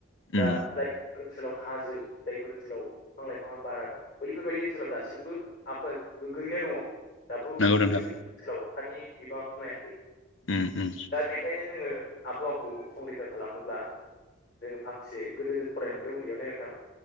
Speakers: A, on the left; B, on the left.
A: दा
B: उम
A: जायफोर ओनसोलाव हाजो जायफोर ओनसोलाव बिफां लाइफाङा बारा दङ बैफोरबायदि ओनसोलाव दासिमबो आबहावा गोग्गयैनो दङ दाबो
B: नंगौ नोंथां
A: बैफोर ओनसोलाव अखानि बिबाङा खमायाखै
B: उम उम
A: दा बेखायनो जोङो आबहावाखौ संरैखा खालामनोब्ला जोङो फांसे गोदो जों फरायनो मोनदों उन्दैयावनो नोंथां